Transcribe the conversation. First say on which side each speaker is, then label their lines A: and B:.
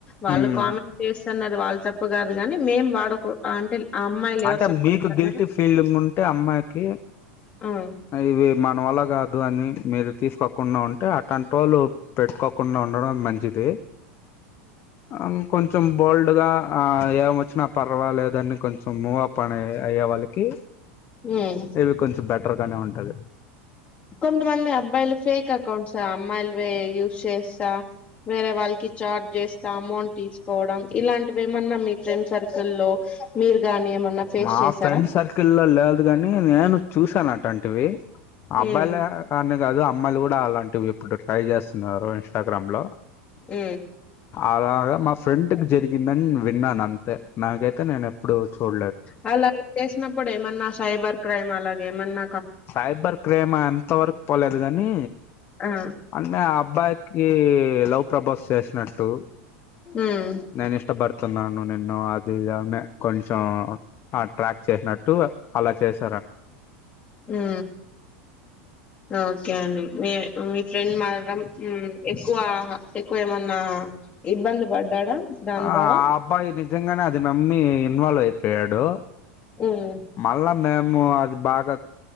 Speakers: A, on the left (about 20°); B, on the left (about 35°).
A: వాళ్ళు
B: మ్మ్
A: కామెంట్ చేస్తన్నారు వాళ్ళు తప్పు కాదు కాని మేం వాడకు అంటే ఆ అమ్మాయిలు
B: అంటే
A: ఎవరు సపోర్ట్న్నారు
B: మీకు గిల్టీ ఫీలింగ్ ఉంటే అమ్మాయికి
A: ఉమ్
B: అది వే మన వల్ల కాదు అని మీరు తీసుకోకుండా ఉంటే అట్టాంటోళ్ళు పెట్టుకోకుండా ఉండడం మంచి ది. ఇంకొంచెం బోల్డ్గా ఆ ఏం వచ్చినా పర్వాలేదని కొంచెం మూవ్ప్ అని అయ్యే వాళ్ళకి
A: ఉమ్
B: ఇవి కొంచెం బెటర్గానే ఉంటది.
A: కొంత మంది అబ్బాయిల్ ఫేక్ అకౌంట్సే అమ్మాయిల్వే యూస్ చేస్సా వేరే వాళ్ళకి ఛార్జ్ చేస్తే అమౌంట్ తీసుకోవడం. ఇలాంటివేమన్నా మీ ఫ్రెండ్ సర్కిల్లో మీరు గాని ఏమన్నా ఫేస్
B: మా
A: చేసారా
B: ఫ్రెండ్ సర్కిల్ల్లో లేదు గాని నేను చూసానట్టాంటివి. అబ్బాయిలే
A: ఉమ్
B: కానే కాదు అమ్మాయిలు కూడా అలాంటివి ఇప్పుడు ట్రై చేస్తున్నారు ఇన్స్టాగ్రామ్లో
A: మ్
B: అలాగా మా ఫ్రెండ్కి జరిగిందని విన్నానంతే నాకైతే నేను ఎప్పుడు చూడ
A: వాళ్ళు అలా చేసినప్పుడేమన్నా సైబర్ క్రైమ్ అలాగేమన్న
B: సైబర్ క్రైమ్ అంత వరకు పోలేదు గాని
A: ఆ
B: అంటే అబ్బాయికి లవ్ ప్రపోస్ చేసినట్టు
A: ఉమ్
B: నేను ఇష్ట బడ్తున్నాను నిన్ను అది ఇది అని కొంచెం ఆ ట్రాప్ చేసినట్టు అలా చేస్
A: ఉ ఓకే అండి మీ మీ ఫ్రెండ్ మాత్రం ఉ ఎక్కువ ఎక్కువ ఏమన్నా ఇబ్బంది పడ్డాడా దాని
B: ఆ
A: ద్వారా
B: ఆ అబ్బాయి నిజంగానే అది నమ్మి ఇన్వాల్వ్ అయిపోయాడు.
A: ఉమ్
B: మళ్ళా మేము అది బాగా